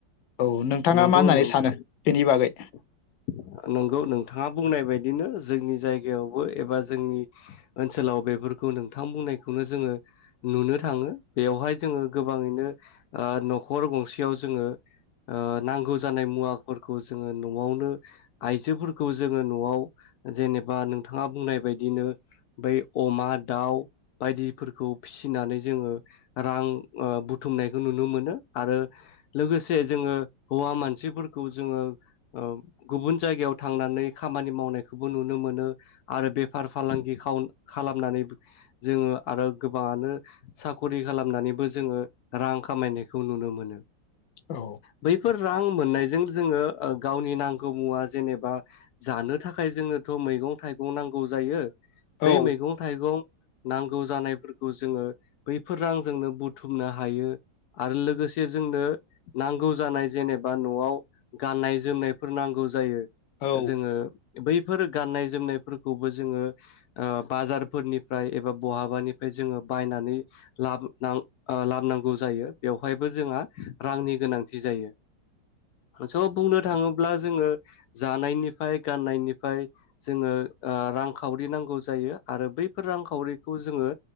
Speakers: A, on the left (about 85°); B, on the left (about 75°).
A: <inaudible> औ नोंथाङा
B: नंगौ
A: मा होननानै
B: नोंथां
A: सानो बेनि बागै?
B: <inaudible> नोंगौ नोंथाङा बुंनाय बायदिनो जोंनि जायगायावबो एबा जोंनि ओनसोलाव बेफोरखौ नोंथां बुंनायखौनो जोङो नुनो थाङो। बेवहाय जोङो गोबाङैनो ओ न'खर गंसेयाव जोङो ओ नांगौ जानाय मुवाफोरखौ ज जोङो न'आवनो आइजोफोरखौ जोङो न'आव जेनेबा नोंथाङा बुंनाय बायदिनो बै अमा, दाउ बायदिफोरखौ फिसिनानै जोंङो रां ओ बुथुमनायखौ नुनो मोनो आरो लोगोसे जोंङो हौवा मानसिफोरखौ जोङो ओ गुबुन जायगायाव थांनानै खामानि मावनायखौबो नुनो मोनो आरो बेफार फालांगि खाव-खालामनानैबो जोंङो आरो गोबांङानो साखरि खालामनानैबो जोंङो रां खामायनायखौ नुनो मोनो।
A: औ
B: बैफोर रां मोननायजों जोंङो ओ गावनि नांगौ मुवा जेनेबा जानो थाखाय जोंनोथ मैगं-थाइगं नांगौ जायो बै
A: औ
B: मैगं-थाइगं नांगौ जानायफोरखौ जोंङो बैफोर रांजोंनो बुथुमनो हायो आरो लोगोसे जोंनो नांगौ जानाय जेनेबा न'आव गाननाय जोमनायफोर नांगौ जायो।
A: औ
B: जोंङो बैफोर गान्नाय जोमनायफोरखौबो जोंङो ओ बाजारफोरनिफ्राय एबा बहाबानिफ्राय जोंङो बायनानै लाब नां ओ लाबोनांगौ जायो बेवहायबो जोंहा रांनि गोनांथि जायो। स' बुंनो थाङोब्ला जोंङो जानायनिफ्राय गाननायनिफ्राय जोंङो ओ रांखावरि नांगौ जायो आरो बैफोर रांखावरिखौ जोंङो